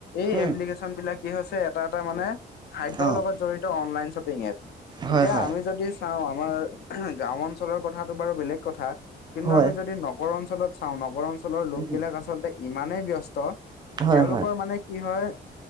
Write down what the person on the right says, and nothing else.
উম,
অ',
হয়,
হয়,
হয়,
উম,
হয়,
হয়,